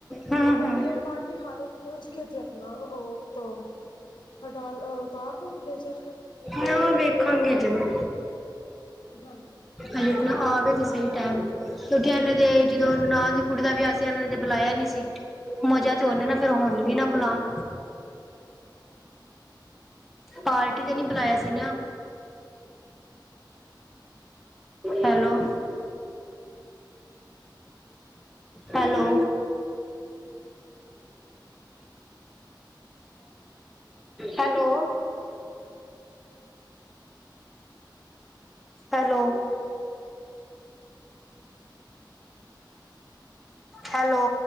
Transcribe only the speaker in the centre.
ਹਾਂ ਹਾਂ
ਨਾ ਵੇਖਾਂਗੇ ਜਿਵੇਂ
ਆ ਉਠਣਾ ਆਵੇ ਤੇ ਸਹੀ ਟਾਈਮ, ਲੁਧਿਆਣਾ ਤੇ ਜਦੋਂ ਨਾਂ ਦੀ ਕੁੜੀ ਦਾ ਵਿਆਹ ਸੀ, ਉਹਨੇ ਤੇ ਬੁਲਾਇਆਂ ਨੀ ਸੀ। ਮਜ਼ਾ ਤੇ ਹੁਣ ਐ ਨਾ, ਫੇਰ ਹੁਣ ਵੀ ਨਾ ਬੁਲਾਉਣ। ਪਾਲਕੀ ਤੇ ਨਹੀਂ ਬੁਲਾਇਆ ਸੀ hello hello hello hello hello